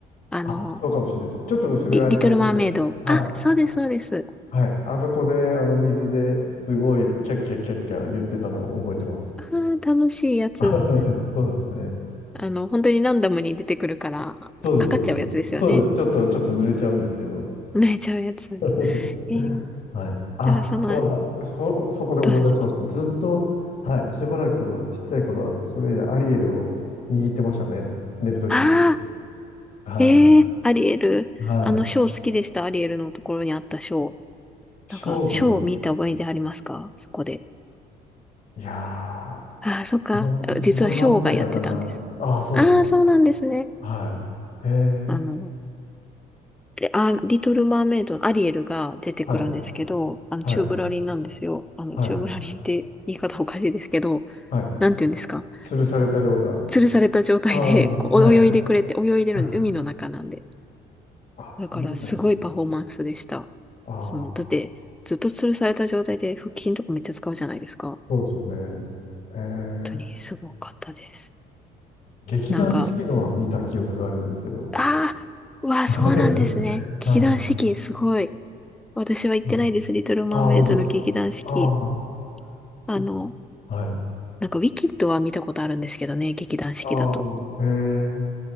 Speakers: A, in the centre; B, on the left.
A: あの、
B: あ、そうかもしれないです。ちょっと薄暗い感じで。
A: リ、リトルマーメイド。
B: はい。
A: あ、そうです、そうです。
B: はい。あそこで、あの、水ですごい、キャッキャキャッキャ言ってたのを覚えてます。
A: あー、楽しいやつ。
B: <laughs> あはいそうですね。
A: あの、本当にランダムに出てくるから、
B: そうです、
A: かかっちゃうやつですよね。
B: そうです。そうです。ちょっと、ちょっと濡れちゃうんですけど。
A: 濡れちゃうやつ。
B: <laughs>
A: えー、
B: はい。あ、
A: だからその、
B: そうだ。そ、そこで思い出しました。
A: どうぞどうぞ。
B: ずっと、はい。しばらくちっちゃい頃は、それ以来アリエルを握ってましたね。寝るとき。
A: ああ、
B: はい。
A: ええアリエル。
B: はい。
A: あの、ショー好きでした、アリエルのところにあったショー。
B: ショーがあります。
A: なんか、ショーを見た覚えでありますかそこで。
B: いやー、
A: ああ、そっか。
B: 自分、自分待ってたかな。
A: 実はショーがやってたんです。
B: ああ、そうですか。
A: ああ、そうなんですね。
B: はい。へえ、
A: あの、レあ、リトル・マーメイドのアリエルが出てくるんですけど、
B: はい、
A: あの、
B: はい、
A: チューブラリンなんですよ。あの、
B: はい、
A: チューブラリンって言い方おかしいですけど、
B: はい。
A: なんて言うんですか。
B: 吊るされたような。
A: 吊るされた状態で、
B: ああ、はい、
A: こう、泳いでくれて、泳いでるんで、
B: はい。
A: 海の中なんで。
B: あ、
A: だから、
B: 見た気が。
A: すごいパフォーマンスでした。
B: ああ、
A: その、だって、ずっと吊るされた状態で腹筋とかめっちゃ使うじゃないですか。本
B: そうですよね。へえ、
A: 当にすごかったです。
B: 劇団四季のは見た記憶があるんですけど。
A: なんか、ああ、うわあ、
B: はいは
A: そうなんですね。劇団四季、すごい。私は行ってないです。
B: い。はい。
A: リトルマーメイドの劇団四季。
B: ああ、本当ですか。ああ、そう。
A: あの、
B: はい。
A: なんかウィキッドは見たことあるんですけどね、劇団四季だと。
B: ああ、へえ